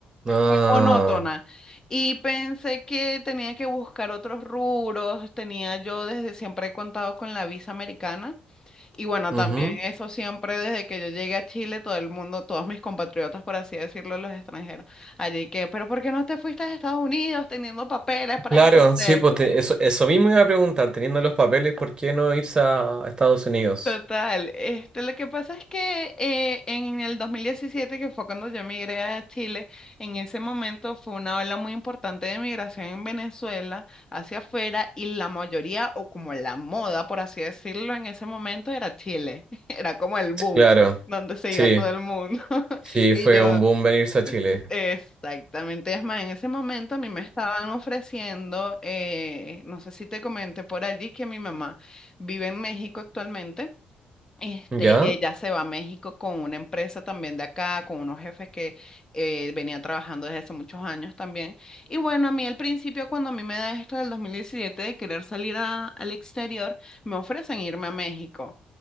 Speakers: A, on the right; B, on the left.
A: ah,
B: muy monótona. Y pensé que tenía que buscar otros rubros, tenía yo desde siempre he contado con la visa americana. Y bueno,
A: ujú.
B: también eso siempre desde que yo llegué a Chile, todo el mundo, todos mis compatriotas, por así decirlo, los extranjeros, allí que, pero ¿por qué no te fuiste a Estados Unidos teniendo papeles para
A: Claro,
B: irte?
A: sí, pues te- eso, eso mismo iba a preguntar, teniendo los papeles, ¿por qué no irse a a Estados Unidos?
B: Total, este, lo que pasa es que eh, en el 2017, que fue cuando yo emigré a Chile, en ese momento fue una ola muy importante de migración en Venezuela hacia afuera y la mayoría, o como la moda, por así decirlo, en ese momento era Chile, <laughs> era como el boom,
A: Claro,
B: donde se
A: sí.
B: iba todo el mundo. <laughs>
A: Sí,
B: Y
A: fue
B: yo,
A: un boom venirse a Chile.
B: exactamente, es más, en ese momento a mí me estaban ofreciendo, eh, no sé si te comenté por allí, que mi mamá vive en México actualmente. Este,
A: ¿Ya?
B: ella se va a México con una empresa también de acá, con unos jefes que eh, venían trabajando desde hace muchos años también. Y bueno, a mí al principio, cuando a mí me da esto del 2017 de querer salir a- al exterior, me ofrecen irme a México.